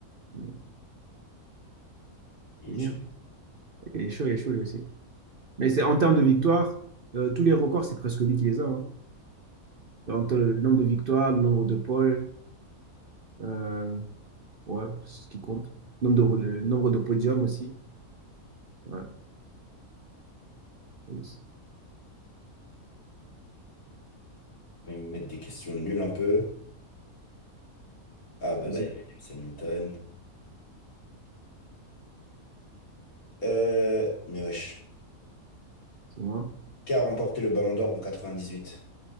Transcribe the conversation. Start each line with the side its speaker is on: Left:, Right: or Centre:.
Right: Mm.
Left: Il
Right: Vas-y,
Left: est chaud.
Right: hein. Et chaud, et chaud lui aussi. Mais c'est en termes de victoires, euh, tous les records, c'est presque lui qui les a. hein. Entre le nombre de victoires, le nombre de poles, euh, ouais, c'est ce qui compte. Nombre de, le nombre de podiums aussi. Ouais, yes.
Left: Moi, Ils me mettent des questions nulles un peu. Ah bah
Right: vas-y,
Left: là, il y avait Lewis Hamilton. Euh, mais wesh.
Right: c'est moi.
Left: Qui a remporté le Ballon d'Or en 98?